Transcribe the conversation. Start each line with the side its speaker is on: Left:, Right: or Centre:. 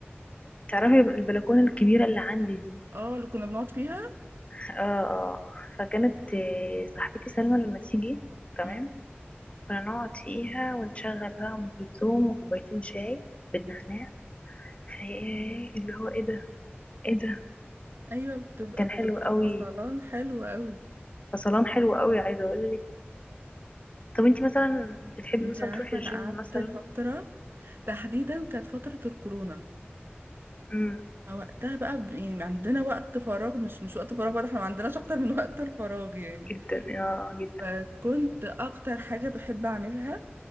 Left: فبتعرفي البلكونة الكبيرة اللي عندي دي
Right: اه اللي كنا بنقعد فيها
Left: اه اه فكانت آه، صاحبتي سلمى لما تيجي تمام
Right: مم.
Left: كنا نقعد فيها ونشغل بقى أم كلثوم وكوبايتين شاي بالنعناع فايه اللي هو ايه ده ايه ده
Right: ايوه بتبقى
Left: كان
Right: بتبقى
Left: حلو قوي
Right: فصلان حلو قوي
Left: فصلان حلو قوي عايزه اقول لك طب انتي مثلا بتحبي
Right: انت
Left: مثلا
Right: عارفه
Left: تروحي الجيم
Right: انا قعدت
Left: مثلا
Right: فتره تحديدا كانت فتره الكورونا
Left: امم
Right: وقتها بقى ب- يعني عندنا وقت فراغ مش مش وقت فراغ بقى ده احنا ما عندناش اكتر من وقت الفراغ يعني
Left: جدا اه جدا
Right: فكنت اكتر حاجه بحب اعملها